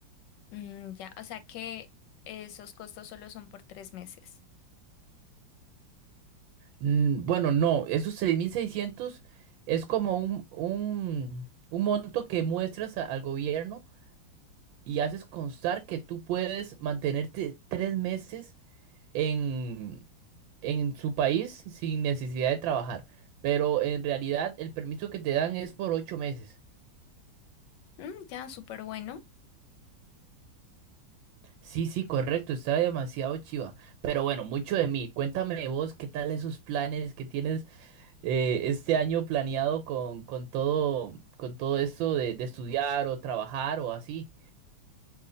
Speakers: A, on the left; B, on the right.
A: Mm, ya, o sea que esos costos solo son por tres meses.
B: Mm, Bueno, no, esos 6.600 es como un, un, un monto que muestras a- al gobierno y haces constar que tú puedes mantenerte tres meses en, en su país sin necesidad de trabajar. Pero en realidad el permiso que te dan es por ocho meses.
A: Mm, ya, súper bueno.
B: Sí, sí, correcto, está demasiado chiva. Pero bueno, mucho de mí. Cuéntame vos, ¿qué tal esos planes que tienes eh, este año planeado con, con todo, con todo esto de, de estudiar o trabajar o así.